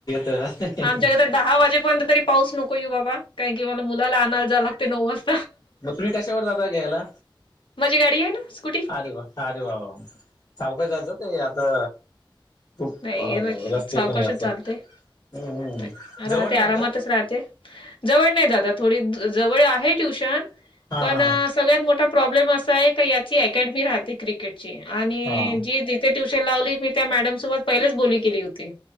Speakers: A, on the left; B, on the left.
A: ह <inaudible>
B: आमच्याकडे तर दहा वाजेपर्यंत तरी पाऊस नको येऊ बाबा काय की, मला मुला आणायला जा लागते नऊ वाजता.
A: मग तुम्ही कशावर जाता घ्यायला
B: माझी गाडी आहे ना स्कूटी
A: अरे वा. अरे वा वा सावकाश जायचं ते आता. खूप
B: नाही
A: अ
B: हे नाही
A: रस्ते
B: सावकाशच
A: पण असतात
B: चालते
A: हम्म हम्म,
B: नाही.
A: जवळ
B: राहते
A: नाही
B: आरामातच
A: का?
B: राहते जवळ नाही दादा थोडी जवळ आहे ट्युशन
A: हा
B: पण
A: हा
B: सगळ्यात मोठा प्रॉब्लेम असा आहे का याची अकॅडमी राहती क्रिकेटची आणि
A: हा
B: जी दि''--'' ते ट्यूशन लावली मी त्या मॅडमसोबत पहिलेच बोली केली होती.